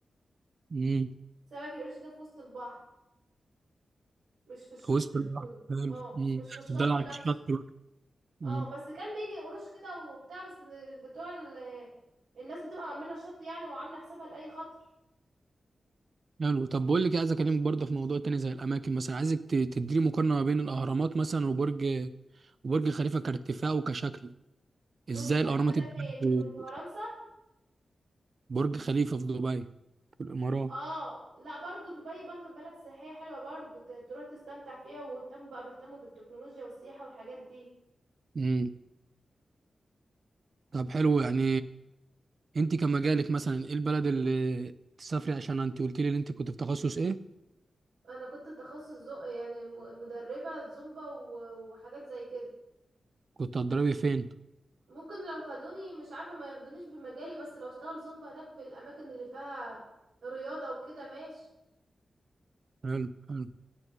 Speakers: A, on the right (about 45°); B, on the right (about 90°).
A: امم
B: سمك القرش ده في وسط البحر مش في الشط
A: في وسط
B: الشط
A: البحر حلو
B: اه
A: امم
B: مش
A: تفضلي
B: في الشط
A: على
B: نفسه
A: الشط بقى
B: اه
A: امم
B: بس كان بيجي قروش كده وبتاع بس ال- بتوع ال- الناس بتبقى مأمنة الشط يعني وعاملة حسابها لأي خطر
A: حلو طب بقول لك إيه، عايز اكلمك برضه في موضوع تاني زي الاماكن مثلا عايزك ت- تديني مقارنه ما بين الاهرامات مثلا وبرج وبرج خليفه كارتفاع وكشكل
B: برج
A: ازاي
B: خليفة
A: الاهرامات
B: ده
A: اتبنت
B: فين ده
A: في
B: في في فرنسا
A: برج خليفه في دبي في الامارات
B: اه لا برضو دبي بل- بلد سياحية حلوة برضو ت- تروح تستمتع فيها واهتموا بقى بيهتموا بالتكنولوجيا والسياحة والحاجات دي
A: امم طب حلو يعني انت كمجالك مثلا ايه البلد اللي تسافري عشان انت قلت لي ان انت كنت في تخصص ايه
B: انا كنت تخصص زو... يعني م- مدربة زومبا و- وحاجات زي كده
A: كنت هتضربي فين
B: ممكن لو خدوني مش عارفة ما ياخدونيش بمجالي بس لو اشتغل زومبا هناك في الأماكن اللي فيها رياضة وكده ماشي
A: حلو حلو